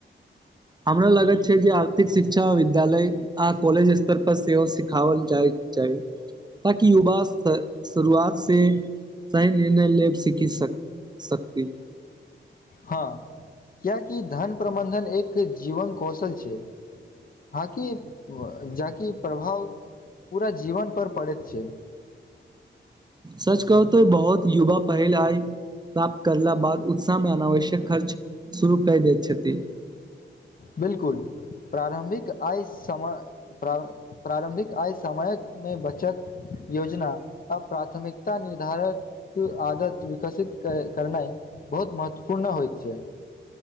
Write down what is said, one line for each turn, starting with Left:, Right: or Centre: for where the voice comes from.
Right: हमरा लगत छै जे आर्थिक शिक्षा विद्यालय आ कॉलज स्तर पर सेहो सिखावल जाही चाहे ताकि युवा शुरुआत से सही निर्णय लेब सीखी सके शक्ति
Left: हँ कियाकि धन प्रबन्धन एक जीवन कौशल छै हाँ कि जकि प्रभाव पूरा जीवन पर पड़ैत छै
Right: सच कहू त बहुत युवा पहल आय प्राप्त करला बाद उत्साह मे अनावश्यक खर्च शुरू क दैत छथि
Left: बिल्कुल प्रारंभिक आय सम प्र प्रारम्भिक आय समय न बचत योजना आ प्राथमिकता निर्धारण आदत विकसित करनाए बहुत महत्वपूर्ण होइत छै